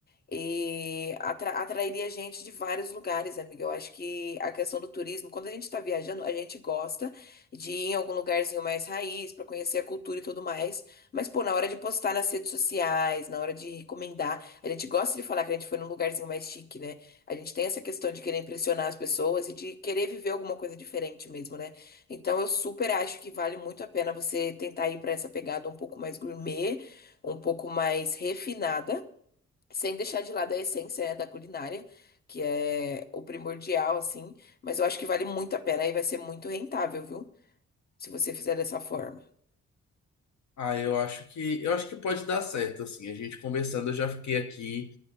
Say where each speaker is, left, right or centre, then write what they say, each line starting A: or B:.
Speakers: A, on the left (about 35°); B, on the left (about 70°).
A: E atra- atrairia gente de vários lugares, amiga. Eu acho que a questão do turismo, quando a gente está viajando, a gente gosta de ir em algum lugarzinho mais raiz para conhecer a cultura e tudo mais. Mas, pô, na hora de postar nas redes sociais, na hora de recomendar, a gente gosta de falar que a gente foi num lugarzinho mais chique, né? A gente tem essa questão de querer impressionar as pessoas e de querer viver alguma coisa diferente mesmo, né? Então, eu super acho que vale muito a pena você tentar ir para essa pegada um pouco mais gourmet, um pouco mais refinada sem deixar de lado a essência, né, da culinária, que é o primordial, assim. Mas eu acho que vale muito a pena e vai ser muito rentável, viu? Se você fizer dessa forma.
B: Ah, eu acho que eu acho que pode dar certo, assim. A gente conversando, eu já fiquei aqui